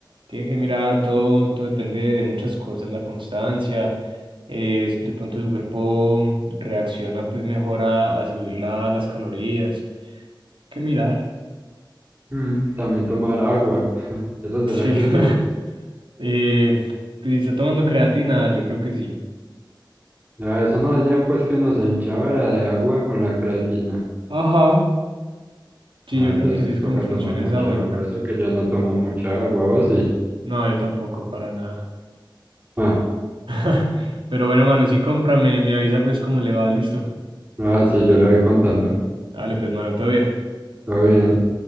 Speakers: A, on the right; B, on the right.
A: Tiene que mirar todo, todo depende de muchas cosas, la constancia, eh, de pronto su cuerpo reacciona pues mejor a, a subir la- las calorías. Hay que mirar.
B: Mm, también tomar agua, <laughs> ¿eso será
A: Sí.
B: que
A: <laughs>
B: sirve?
A: eh, pues si está tomando creatina, yo creo que sí.
B: Ya, eso no decían pues que uno se hinchaba era de agua con la creatina.
A: Ajá. Sí,
B: Ah,
A: yo
B: entonces
A: creo que así es
B: toca
A: como funciona
B: tomar mucha
A: esa vuelta.
B: agua, eso que yo no tomo mucha agua, ¿o sí?
A: No, yo tampoco, para nada.
B: Ah,
A: <laughs> Pero bueno, mano, sí cómprame, me avisa pues cómo le va, listo.
B: ah, sí, yo le voy contando,
A: Dale, pues, mano, todo bien.
B: todo bien.